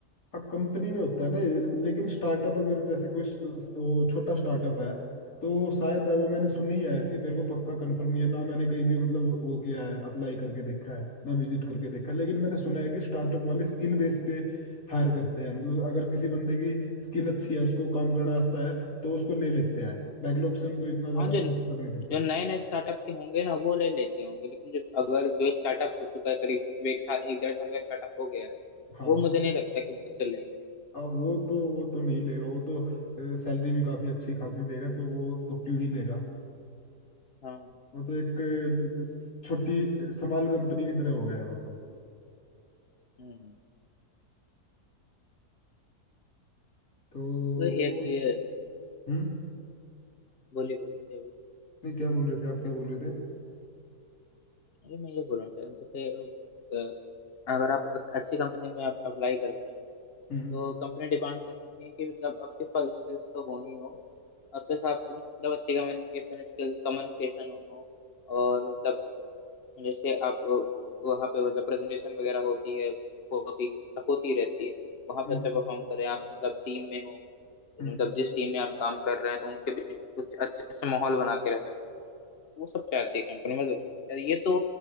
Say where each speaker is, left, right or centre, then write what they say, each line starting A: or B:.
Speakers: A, on the left; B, on the left.
A: हाँ कंपनी में होता है ना ये, लेकिन स्टार्टअप अगर जैसे कोई स- वो छोटा स्टार्टअप है तो शायद वो मैंने सुनी है ऐसी मेरे को पक्का कंफर्म नहीं है ना मैंने कहीं भी मतलब वो किया है अप्लाई करके देखा है ना विजिट करके देखा है लेकिन
B: हम्म,
A: मैंने सुना है कि स्टार्टअप वाले स्किल बेस पे हायर करते हैं मतलब अगर किसी बंदे की स्किल अच्छी है उसको काम करना आता है तो उसको ले लेते हैं बैकलॉग से उनको इतना ज्यादा
B: हाँ जो
A: खास फर्क नहीं पड़ता
B: जो नए नए स्टार्टअप के होंगे ना वो ले लेते होंगे लेकिन जो अगर जो स्टार्टअप हो चुका है करीब एक साल एक डेढ़ साल का स्टार्टअप हो गया है
A: हाँ
B: वो मुझे नहीं लगता कि उससे लेंगे
A: अब वो तो वो तो नहीं लेगा वो तो सैलरी भी काफी अच्छी खासी देगा तो वो तो क्यों ही लेगा
B: हाँ
A: वो तो एक अ, स- छोटी समाल कंपनी की तरह हो गया है वो तो
B: हम्म हम्म।
A: तो
B: वही
A: वो
B: एक ये
A: हम्म
B: बोली बोली क्या बोले
A: नहीं क्या बोल रहे थे आप क्या बोल रहे थे
B: अरे मैं ये बोल रहा था जैसे अ, अगर आप अच्छी कंपनी में आप अप्लाई करते हैं
A: हम्म
B: तो कंपनी डिमांड करती है कि मतलब आपके पास स्किल्स तो हो ही हो और प्लस आपको मतलब अच्छी कम्युनिकेशन स्किल कम्युनिकेशन हो और मतलब जैसे आप वहाँ पे मतलब प्रेजेंटेशन वगैरह होती है होती मतलब होती रहती है वहाँ पे
A: हम्म
B: अच्छा परफॉर्म करें आप मतलब टीम में हो
A: हम्म,
B: मतलब जिस टीम में आप काम कर रहे हैं तो उनके बीच कुछ अच्छे से माहौल बना के रह सकते हैं वो सब चाहती है कंपनी मतलब यार ये तो